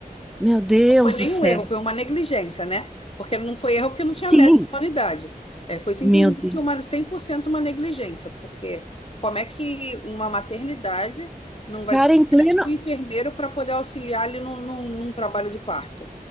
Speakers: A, in the centre; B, on the left (about 40°).
A: Meu Deus
B: foi nenhum
A: do céu.
B: erro, foi uma negligência, né? Porque não foi erro porque não tinha
A: Sim,
B: mérito da humanidade. É, foi simplesmente
A: meu Deus.
B: uma 100% uma negligência, porque como é que uma maternidade não vai
A: Cara,
B: ter um
A: em pleno,
B: médico e um enfermeiro para poder auxiliar ali num, num, num trabalho de parto,